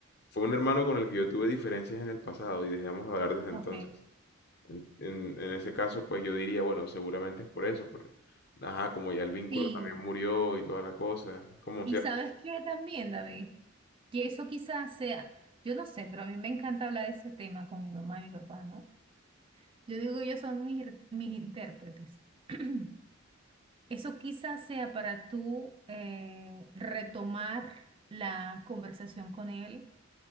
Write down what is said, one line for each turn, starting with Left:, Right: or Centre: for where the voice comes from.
Left: fue un hermano con el que yo tuve diferencias en el pasado y dejamos de hablar desde entonces.
Right: Ok.
Left: En, en- en ese caso, pues yo diría, bueno, seguramente es por eso, porque, ajá, como ya el vínculo
Right: Sí.
Left: también murió y toda la cosa, es como
Right: ¿Y
Left: cierto.
Right: sabes qué también, David? Que eso quizás sea, yo no sé, pero a mí me encanta hablar de ese tema con mi mamá y mi papá, ¿no? Yo digo, ellos son mis, mis intérpretes. <clears throat> Eso quizás sea para tú eh, retomar la conversación con él,